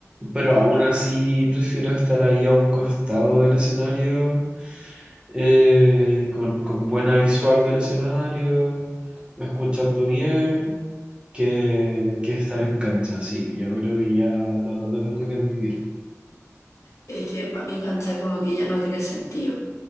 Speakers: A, on the right; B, on the left.
A: pero aún así prefiero estar ahí a un costado del escenario, eh, con, con buena visual del escenario, escuchando bien, que, que estar en cancha. Sí, yo creo que ya lo, lo tengo que admitir.
B: Es que para mí cantar como que ya no tiene sentido.